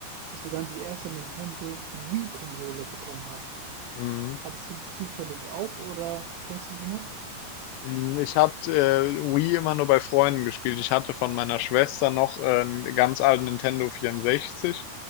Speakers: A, on the right; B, on the left.
A: bis wir dann die erste Nintendo Wii-Konsole bekommen haben.
B: Mhm.
A: Hattest du die zufällig auch oder kennst du die noch?
B: Hm, ich habe, äh, Wii immer nur bei Freunden gespielt. Ich hatte von meiner Schwester noch, äh, 'n ganz alten Nintendo 64.